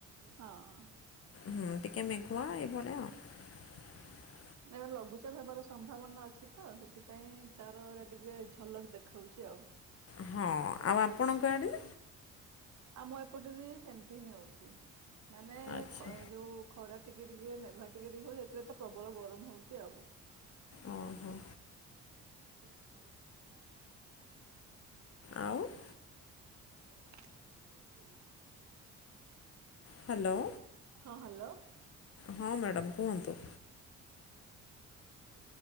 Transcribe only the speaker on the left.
ହଁ ଟିକେ ମେଘୁଆ ଏଇଭଳିଆ ଆଉ। <inaudible>
ହଁ ଆଉ ଆପଣଙ୍କ ଆଡେ?
ଆଚ୍ଛା
ଓ ହୋ।
ଆଉ
ହ୍ୟାଲୋ।
ହଁ ମାଡାମ୍ କୁହନ୍ତୁ।